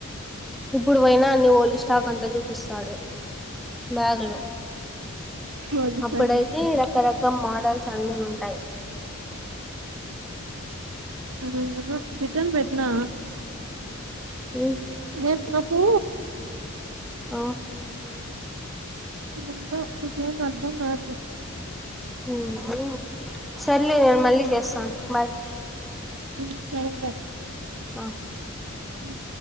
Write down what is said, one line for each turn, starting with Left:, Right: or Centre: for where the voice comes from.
Centre: ఇప్పుడు పోయిన అన్ని ఓల్డ్ స్టాక్ అంతా చూపిస్తాడు బ్యాగ్లో
Right: రోడ్డు
Centre: అప్పుడైతే
Right: సైడ్
Centre: రకరక మోడల్ అన్ని ఉంటాయ్
Right: హా రిటర్న్ పెట్నా
Centre: ఉ
Right: ఎం నకూ
Centre: అ
Right: ఎంత నీకేమర్దం కాట్లే
Centre: ఉహు, సర్లే నే మళ్ళీ చేస్త బాయ్
Right: మ్ సరె సర్
Centre: అ
Right: హా